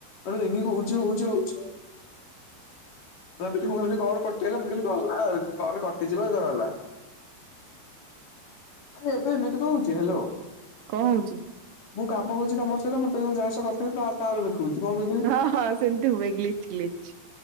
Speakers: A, on the left; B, on the right.
A: ରିଙ୍ଗ ହଉଛି ହଉଛି ହଉଛି ଆଉ ଭାବିଲି
B: ହୁଁ
A: ମୁଁ ଭାବିଲି କଲ୍ <unintelligible> ମୁଁ କଲଲି ଗଲା ଆଉ କଲ୍‌ କଟିଯିବ ଗଲା। ଆରେ ଏବେ ଏମିତି କଣ କହୁଛି ହ୍ୟାଲୋ।
B: କଅଁ ହଉଛି?
A: ମୁଁ କାମ କରୁଛି ତମ ସହିତ ମତେ ଯହା ସହ କଥା ହେଲେ କହୁଛି ଆ ତା ଖୁଚପ ମେରିକ୍।
B: ହଁ ହଁ ସେମିତି ହୁଏ ଗ୍ଲିଚ୍ ଗ୍ଲିଚ୍।